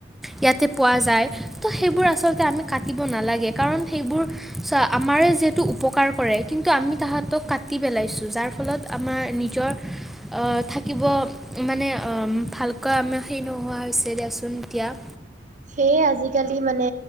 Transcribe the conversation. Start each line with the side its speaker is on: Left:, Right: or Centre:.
Centre: ইয়াতে পোৱা যায় তো সেইবোৰ আচলতে আমি কাটিব নালাগে কাৰণ সেইবোৰ বোৰ আমাৰে যিহেতু উপকাৰ কৰে কিন্তু আমি তাহাঁতক কাটি পেলাইছো যাৰ ফলত আমাৰ নিজৰ আ থাকিব মানে আ ভালকৈ আমাৰ হেইৰি নোহোৱা হৈছে দিয়াচোন এতিয়া
Right: সেয়ে আজিকালি মানে